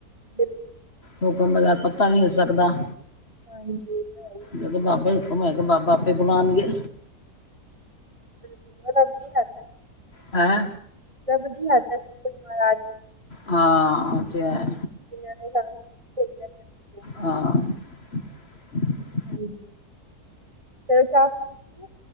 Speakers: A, on the right; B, on the left.
A: ਬਿਲਕੁਲ।
B: ਹੁਕਮ ਬਗੈਰ ਪੱਤਾ ਨਹੀਂ ਹਿਲ ਸਕਦਾ।
A: ਹਾਂਜੀ। ਤਾਂ ਹੈ ਹੀ ਹੈ ਬਿਲਕੁਲ
B: ਜਦੋਂ ਬਾਬਾ ਹੁਕਮ ਹੋਏਗਾ। ਬਾਬਾ ਆਪੇ ਬੁਲਾਣਗੇ।
A: ਬਿਲਕੁਲ। ਐ ਰੱਬ ਨੀ ਆਂਦਾ
B: ਐ
A: ਰੱਬ ਨੀ ਆਉਂਦਾ ਸੀ ਮਹਾਰਾਜ ਦੇ
B: ਹਾਂ, ਓ ਤੇ ਹੈ।
A: ਜਨ੍ਹਾਂ ਨੇ ਸਾਨੂੰ ਭੇਜਿਆ ਧਰਤੀ ਤੇ
B: ਹਾਂ। <inaudible>
A: ਜੀ, ਚਲੋ ਚਾਹ <unintelligible>